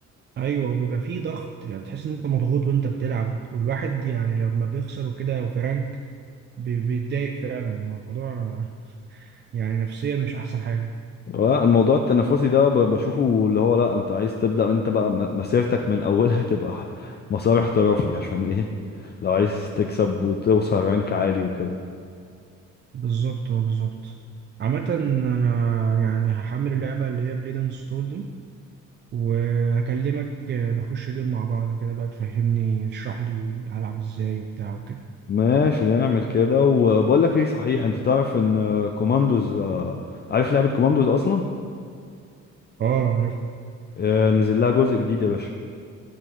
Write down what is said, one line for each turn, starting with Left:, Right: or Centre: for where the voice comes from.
Right: ايوه وبيبقى فيه ضغط يعني تحس ان انت مضغوط وانت بتلعب والواحد يعني لما بيخسر وكده وفي رانك بي- بيتضايق فعلا الموضوع يعني نفسيا مش احسن حاجه
Left: لا، الموضوع التنافسي ده ب- بشوفه اللي هو لا انت عايز تبدأ انت بقى م- مسيرتك من اولها تبقى مسار احترافي عشان ايه لو عايز تكسب وتوصل رانك عالي وكده
Right: بالظبط اه بالظبط عامه انا يعني هحمل اللعبه اللي هي بليد اند سول دي وهكلمك نخش جيم مع بعض كده بقى تفهمني تشرح لي هلعب ازاي وبتاع وكده
Left: ماشي نعمل كده وبقول لك ايه صحيح انت تعرف ان آه، كوماندوز آه، عارف لعبة كوماندوز اصلا
Right: اه عارف
Left: آه، نزل لها جزء جديد يا باشا